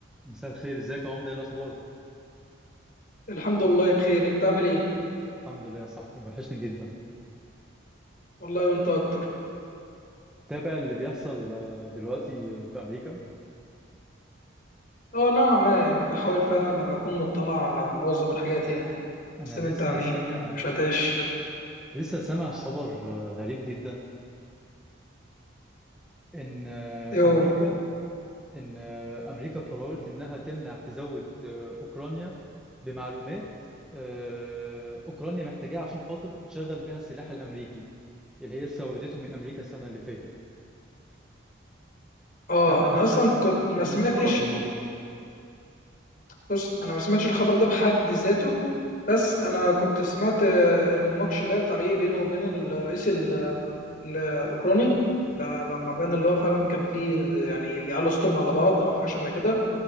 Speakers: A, in the centre; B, on the left (about 45°).
A: مساء الخير ازيك يا عمده ايه الاخبار
B: الحمد لله بخير انت عامل ايه
A: الحمد لله يا صاحبي وحشني جدا
B: والله وانت اكتر
A: تابع اللي بيحصل آه، دلوقتي آه، في امريكا
B: اه نعم ما يعني بحاول فعلا ابقى اكون مطلع على معظم الحاجات يعني
A: انا
B: بس انت
A: لسه
B: عن
A: سامع
B: ايه مش هتعيش
A: لسه سامع خبر آه، غريب جدا ان آه،
B: ايه هو
A: امريكا ان آه، امريكا قررت انها تمنع تزود آه، اوكرانيا بمعلومات آه، اوكرانيا محتاجاها عشان خاطر تشغل بها السلاح الامريكي اللي هي استوردته من امريكا السنه اللي فاتت
B: اه
A: فانا
B: انا اصلا
A: انا انا
B: كنت ما سمعتش
A: أنا مستغرب الموضوع ده
B: بص انا ما سمعتش الخبر ده بحد ذاته بس انا كنت سمعت آه، المناقشه ديت على ايه بينه وبين الرئيس ال- ال- الاوكراني ده لما بان اللي هو فعلا كان فيه يعني بيعلوا صوتهم على بعض او حاجه شبه كده